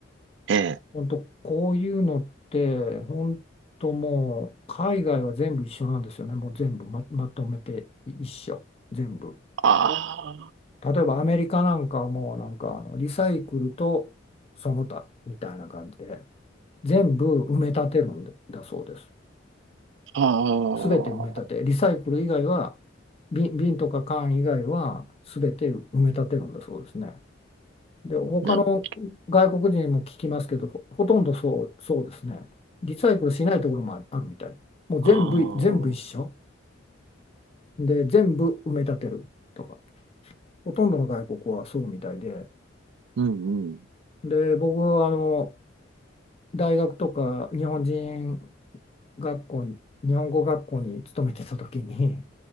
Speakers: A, on the right (about 65°); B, on the left (about 30°).
A: ええ。
B: 本当こういうのって、本当もう、海外は全部一緒なんですよね。もう全部ま、まとめてい一緒。全部。
A: あ
B: 例えばアメリカなんかはもうなんかあのリサイクルとその他みたいな感じで全部埋め立てるんでだそうです。
A: あ、ああ、
B: 全て埋め立て、リサイクル以外は、瓶、瓶とか缶以外は全て埋め立てるんだそうですね。で、他の外国人にも聞きますけど、
A: なるほど。
B: ほ、ほとんどそう、そうですね。リサイクルしないところもある、あるみたい。もう全部、
A: あ
B: 全部一緒。で、全部埋め立てるとか、ほとんどの外国はそうみたいで、
A: あ、うん、うん。
B: で、僕はあの、大学とか日本人学校に、日本語学校に勤めてた時に、